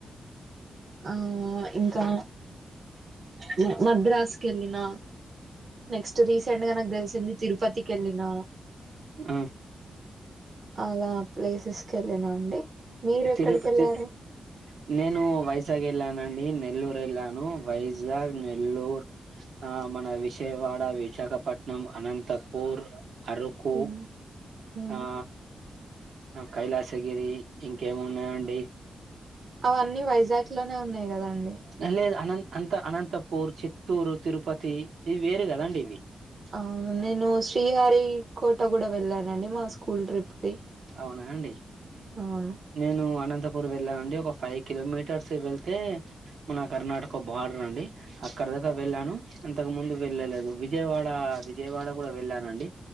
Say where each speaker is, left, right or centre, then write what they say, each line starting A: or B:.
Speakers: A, on the right; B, on the right.
A: ఆ ఇంకా మ మద్రాస్ కెల్లిన నెక్స్ట్ రీసెంట్ గా నాకు తెలిసింది తిరుపతికి వెళ్ళిన
B: ఆ
A: అలా ప్లేసెస్ కి వెళ్ళన అండి మీరు
B: తిరు
A: ఎక్కడికి వెళ్ళారు
B: త నేను వైజాగ్ వెళ్ళనండి నిన్ నెల్లూరు వెళ్లాను వైజాగ్ నెల్లూరు ఆ మన విజయవాడ, విశాఖపట్నం, అనంతపూర్ అరుకు
A: ఉమ్, ఉమ్.
B: ఆ కైలాసగిరి ఇంకేమి ఉన్నాయండి
A: అవన్నీ వైజాగ్ లోనే ఉన్నాయి కదండి
B: అ లేదు అనంత అంత అనంతపూర్, చిత్తూరు, తిరుపతి ఇవి వేరు కదండి ఇవి
A: అవును నేను శ్రీహరి కోట కూడా వెళ్ళానండి మా స్కూల్ ట్రిప్ కి
B: అవునా అండి
A: అవును
B: నేను అనంతపు పూర్ వెళ్ళామండి ఒక ఫైవ్ కిలోమీటర్స్ వెళ్తే మన కర్ణాటక బార్డర్ అండి అక్కడ దాక వెళ్ళాను ఇంతకు ముందు వెళ్ళలేదు విజయవాడ విజయవాడ కూడా వెళ్ళానండి